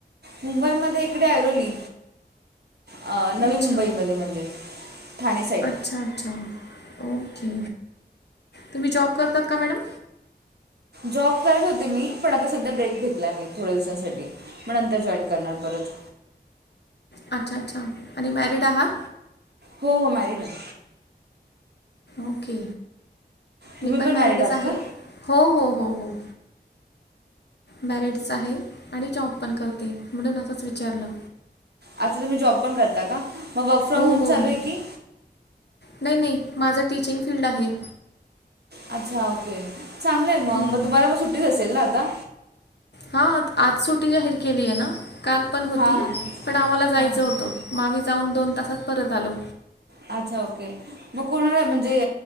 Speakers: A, on the right; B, on the left.
A: मुंबईमध्ये इकडे यरोली अ नवी
B: अच्छा
A: मुंबईमध्ये म्हणजे ठाणे साईट
B: अच्छा अच्छा ओके तुम्ही जॉब करतात का मॅडम?
A: जॉब करत होते मी पण आता सध्या ब्रेक घेतला मी थोड्या दिवसांसाठी मग नंतर जॉईन करणार परत,
B: अच्छा अच्छा आणि मॅरड आहात?
A: हो हो माॅरीड आहे.
B: ओके
A: तुम्ही
B: मी पण मॅरिडच
A: मॅरिड आहात
B: आहे
A: का
B: हो हो हो हो. मॅरिडच आहे आणि जॉब पण करते म्हणून असंच विचारलं.
A: आता तुम्ही जॉब पण करता का मग वर्क फ्रॉम
B: हो
A: होम
B: हो
A: चालू
B: हो
A: आहे की
B: नाही नाही माझं टीचिंग फील्ड आहे.
A: अच्छा ओके चांगलंय मग
B: हम्म.
A: मग तुम्हाला पण सुट्टीच असेल ना आता.
B: हां आज सुटी जाहीर केली आहे ना काल पण होती
A: हां हां तेच
B: पण आम्हाला जायचं
A: हां हां
B: होतं. म आम्ही जाऊन दोन तासात परत आलो.
A: अच्छा ओके. मग कोणाला म्हणजे